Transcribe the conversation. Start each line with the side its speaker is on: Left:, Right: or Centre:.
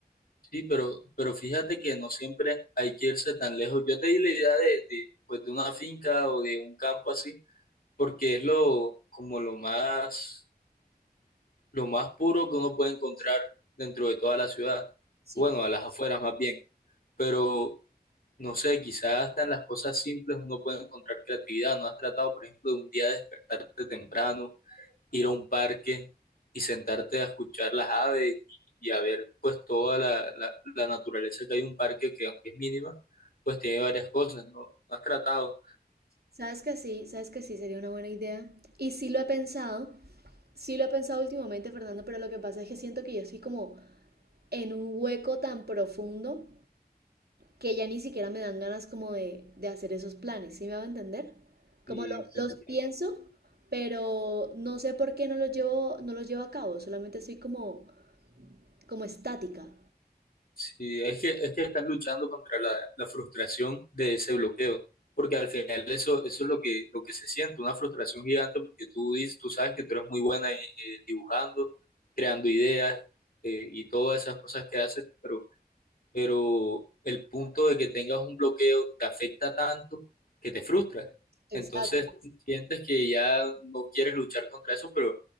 Left: Sí, pero, pero fíjate que no siempre hay que irse tan lejos. Yo te di la idea de, de, pues, de una finca o de un campo así, porque es lo, como lo más, lo más puro que uno puede encontrar dentro de toda la ciudad.
Right: Sí.
Left: Bueno, a las afueras más bien. Pero, no sé, quizás hasta en las cosas simples uno puede encontrar creatividad. ¿No has tratado, por ejemplo, de un día despertarte temprano? ir a un parque y sentarte a escuchar las aves y a ver pues toda la, la, la naturaleza que hay en un parque que aunque es mínima, pues tiene varias cosas, ¿no? No has tratado
Right: Sabes que sí, sabes que sí sería una buena idea. Y sí lo he pensado, sí lo he pensado últimamente, Fernando, pero lo que pasa es que siento que yo soy como en un hueco tan profundo que ya ni siquiera me dan ganas como de, de hacer esos planes, ¿sí me va a entender?
Left: y
Right: Como lo-
Left: te entiendo.
Right: los pienso, pero no sé por qué no los llevo, no los llevo a cabo, solamente estoy como, como estática.
Left: Sí, es que, es que estás luchando contra la, la frustración de ese bloqueo, porque al final eso, eso es lo que, lo que se siente, una frustración gigante porque tú, dices, tú sabes que tú eres muy buena eh, eh, dibujando, creando ideas eh, y todas esas cosas que haces, pero pero el punto de que tengas un bloqueo te afecta tanto que te frustra.
Right: Exacto.
Left: Entonces sientes que ya no quieres luchar contra eso, pero